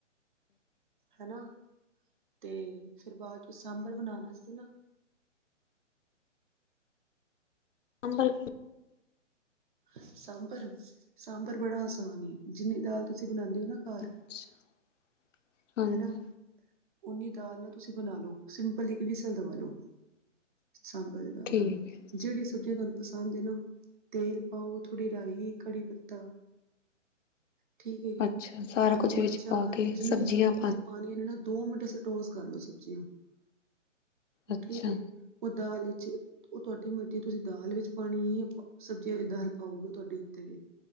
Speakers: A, on the right; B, on the left.
A: ਹਨਾ, ਤੇ ਫਿਰ ਬਾਅਦ ਚ ਸਾਂਬਰ ਬਣਾਣ ਵਾਸਤੇ ਨਾ
B: ਸਾਂਬਰ
A: ਸਾਂਬਰ- ਸਾਂਬਰ ਬੜਾ ਆਸਾਨ ਏ, ਜਿੰਨੀ ਦਾਲ ਤੁਸੀਂ ਬਣਾਂਦੇ ਹੋ ਨਾ ਘਰ
B: <inaudible> ਹਾਂਜੀ
A: ਹਨਾ, ਓਨੀ ਦਾਲ ਨਾ ਤੁਸੀਂ ਬਣਾ ਲੋ, ਸਿੰਪਲ ਇੱਕ ਵਿਸਲ ਦਵਾ ਲੋ। ਸਾਂਬਲ ਦੀ ਦਾਲ
B: ਠੀਕ
A: ਦਾ,
B: ਹੈ
A: ਜਿਹੜੀ ਸਬਜ਼ੀਆਂ ਤੁਹਾਨੂੰ ਪਸੰਦ ਐ ਨਾ ਤੇਲ ਪਾਓ, ਥੋੜ੍ਹੀ ਰਾਈ, ਕੜੀ ਪੱਤਾ ਠੀਕ ਏ ਜੀ,
B: ਅੱਛਾ ਸਾਰਾ
A: ਹਰੀ
B: ਕੁਛ
A: ਮਿਰਚਾਂ
B: ਵਿੱਚ ਪਾ ਕੇ
A: ਤੇ ਜਿੰਨੀ
B: ਸਬਜ਼ੀਆਂ
A: ਸੁ ਤੁਸੀਂ ਪਾਣੀਆਂ ਨੂੰ ਨਾ ਦੋ ਮਿੰਟ ਸਟੋਸ ਕਰ ਲੋ ਸਬਜ਼ੀਆਂ ਨੂੰ,
B: ਅੱਛਾ
A: ਠੀਕ ਏ। ਉਹ ਦਾਲ ਵਿਚ ਉਹ ਤੁਹਾਡੀ ਮਰਜ਼ੀ ਏ, ਤੁਸੀਂ ਦਾਲ ਵਿੱਚ ਪਾਣੀ ਏ, ਸਬਜ਼ੀਆਂ ਤੇ ਦਾਲ ਪਾਓਗੇ ਤੁਹਾਡੇ ਉੱਤੇ ਵੇ